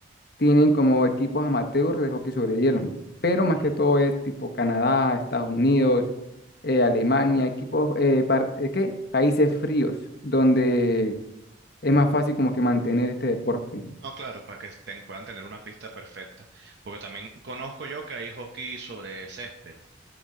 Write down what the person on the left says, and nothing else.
tienen como equipos amateurs de hockey sobre hielo. Pero más
que todo es tipo Canadá, Estados Unidos, eh, Alemania, equipos, eh, par- eh, ¿qué? Países fríos, donde es más fácil como que mantener este deporte.